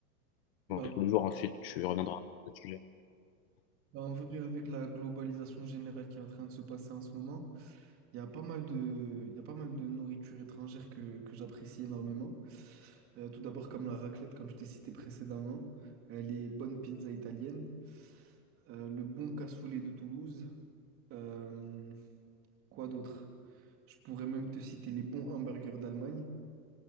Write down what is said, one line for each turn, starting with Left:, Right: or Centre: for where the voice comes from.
Right: Bah,
Left: manges tous les jours, ensuite tu reviendras à ce sujet.
Right: bah, en vrai, avec la globalisation générale qui est en train de se passer en ce moment, il y a pas mal de, il y a pas mal de nourriture étrangère que, que j'apprécie énormément. Euh, tout d'abord, comme la raclette, comme je t'ai cité précédemment, euh, les bonnes pizzas italiennes, euh, le bon cassoulet de Toulouse, euh, quoi d'autre? Je pourrais même te citer les bons hamburgers d'Allemagne